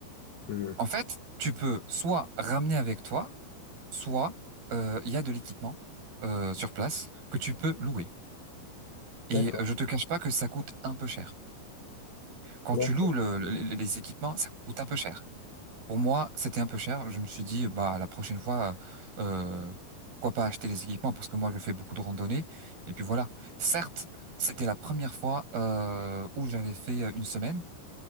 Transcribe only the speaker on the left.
Hmm,
D'accord.
Bien.